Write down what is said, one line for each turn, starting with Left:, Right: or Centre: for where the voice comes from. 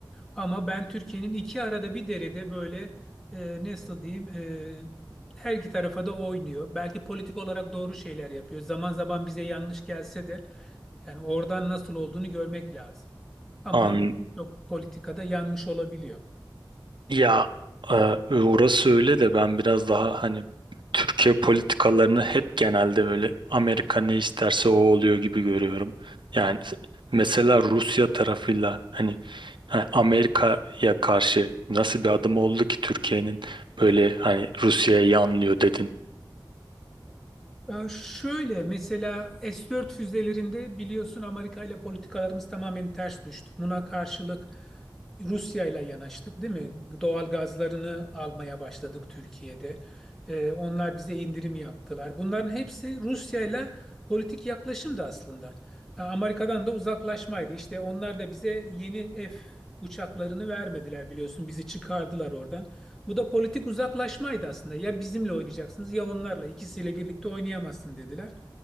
Centre: Ama ben Türkiye'nin iki arada bir derede böyle e, nasıl diyeyim e, her iki tarafa da oynuyor. Belki politik olarak doğru şeyler yapıyor. Zaman zaman bize yanlış gelse de yani oradan nasıl olduğunu görmek lazım. Ama
Right: An
Centre: birçok politikada yanlış olabiliyor.
Right: ya e, orası öyle de ben biraz daha hani Türkiye politikalarını hep genelde böyle Amerika ne isterse o oluyor gibi görüyorum. Yani s- mesela Rusya tarafıyla hani Ha, Amerika'ya karşı nasıl bir adım oldu ki Türkiye'nin böyle hani Rusya'ya yanlıyor dedin.
Centre: Ee, Şöyle mesela S-4 füzelerinde biliyorsun Amerika ile politikalarımız tamamen ters düştü. Buna karşılık Rusya ile yanaştık, değil mi? Doğal gazlarını almaya başladık Türkiye'de. Ee, onlar bize indirim yaptılar. Bunların hepsi Rusya ile politik yaklaşımdı aslında. Ee, Amerika'dan da uzaklaşmaydı. İşte onlar da bize yeni F uçaklarını vermediler biliyorsun. Bizi çıkardılar oradan. Bu da politik uzaklaşmaydı aslında. Ya bizimle oynayacaksınız ya onlarla. İkisiyle birlikte oynayamazsın dediler.